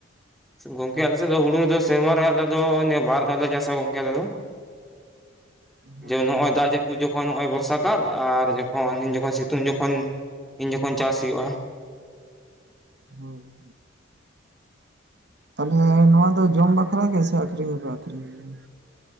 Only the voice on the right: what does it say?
ᱦᱳᱭ
ᱦᱚᱭ ᱛᱟᱦᱞᱮ ᱱᱚᱣᱟ ᱫᱚ ᱡᱚᱢ ᱵᱟᱠᱷᱨᱟ ᱜᱮ, ᱥᱮ ᱟᱹᱠᱷᱨᱤᱧ ᱦᱚᱸᱯᱮ ᱟᱹᱠᱷᱨᱤᱧ ᱜᱮᱭᱟ?